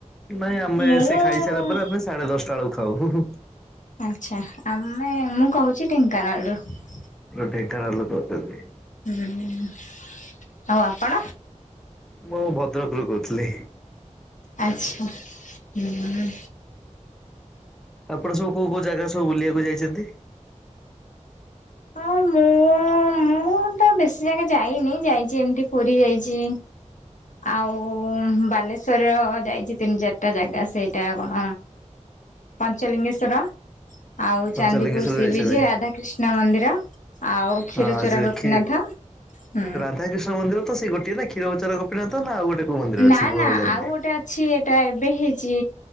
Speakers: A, in the centre; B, on the left (about 80°).
A: ନାଇଁ ଆମେ
B: ମୁଁ
A: ସେ ଖାଇସାରିଲା ପରେ ଆମେ ସାଢେ ଦଶ ଟା ବେଳକୁ ଖାଉ।
B: ଆଚ୍ଛା ଆମେ ମୁଁ କହୁଛି ଢେଙ୍କାନାଳରୁୁ।
A: ଢେଙ୍କାନାଳ ଲୋକ ଅଛନ୍ତି
B: ହୁଁ ଆଉ ଆପଣ?
A: ମୁଁ ଭଦ୍ରକରୁୁ କହୁଥିଲି।
B: ଆଚ୍ଛା ହୁଁ।
A: ଆପଣ ସବୁ କୋଉ କୋଉ ଜାଗା ସବୁ ବୁଲିବାକୁ ଯାଇଛନ୍ତି?
B: ହଁ ମୁଁ ମୁଁ ମୁଁ ତ ବେଶୀ ଜାଗା ଯାଇନି ଯାଇଛି ଏମତି ପୁରୀ ଯାଇଛି। ଆଉ ବାଲେଶ୍ଵର ଯାଇଛି ତିନି ଚାରିଟା ଜାଗା ସେ ଟା କଣ ପଞ୍ଚଲିଙ୍ଗେଶ୍ୱର ଶ୍ୱର ଆଉ
A: ପଞ୍ଚଲିଙ୍ଗେଶ୍ୱର
B: ଚାନ୍ଦିପୁର ସିବିଜ
A: ଯାଇଛନ୍ତି
B: ରାଧାକୃଷ୍ଣ ମନ୍ଦିର। ଆଉ କ୍ଷୀରଚୋରା
A: ହଁ ସେଠି
B: ଗୋପୀନାଥ ହୁଁ
A: ରାଧା କୃଷ୍ଣ ମନ୍ଦିର ତ ସେଇ ଗୋଟିଏ ନା କ୍ଷୀରଚୋରା ଗୋପୀନାଥ ନା ଆଉ ଗୋଟେ କୋଉ ମନ୍ଦିର ଅଛି
B: ନା
A: ମୁଁ
B: ନା
A: ଜାଣିନି।
B: ଆଉ ଗୋଟେ ଅଛି ଏଇଟା ଏବେ ହେଇଛି